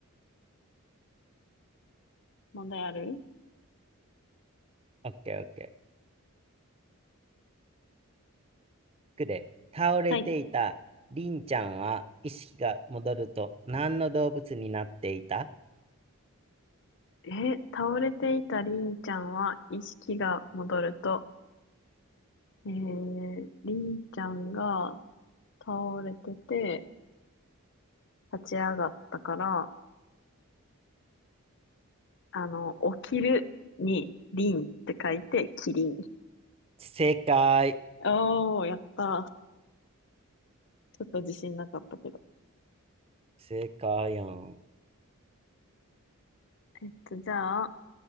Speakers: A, on the left (about 55°); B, on the right (about 25°).
A: 問題ある
B: オッケーオッケー。くで、倒れていたりんちゃんは意識が戻ると何の動物になっていた
A: はい。えー倒れていたりんちゃんは意識が戻るとえー、りんちゃんが倒れてて、立ち上がったから、あの、起きるに、りんって書いて、キリン。
B: 正解。
A: おー、やった。ちょっと自信なかったけど。
B: 正解やん。
A: えっと、じゃあ、